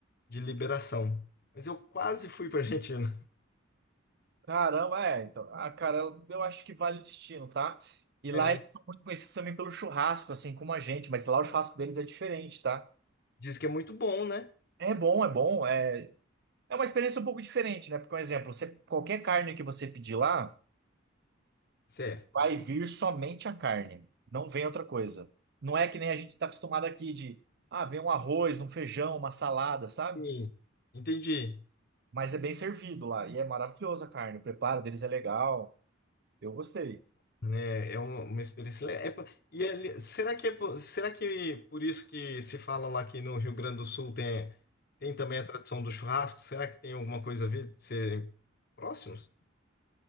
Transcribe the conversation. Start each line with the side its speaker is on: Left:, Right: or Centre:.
Left: de liberação. Mas eu quase fui para Argentina.
Right: Caramba, é. Então, ah, cara, eu, eu acho que vale o destino, tá? E lá
Left: É,
Right: eles são muito conhecidos também pelo churrasco, assim como a gente, mas lá o churrasco deles é diferente, tá?
Left: Diz que é muito bom, né?
Right: É bom, é bom. É, é uma experiência um pouco diferente, né? Porque, por exemplo, você, qualquer carne que você pedir lá,
Left: Certo.
Right: vai vir somente a carne, não vem outra coisa. Não é que nem a gente está acostumado aqui de, ah, vem um arroz, um feijão, uma salada, sabe?
Left: Sim. Entendi.
Right: Mas é bem servido lá e é maravilhosa a carne. O preparo deles é legal. Eu gostei.
Left: Né? É uma, uma experiência. le- é po- e ali- será que é, po- será que por isso que se fala lá que no Rio Grande do Sul tem, tem também a tradição do churrasco? Será que tem alguma coisa a ver de serem próximos?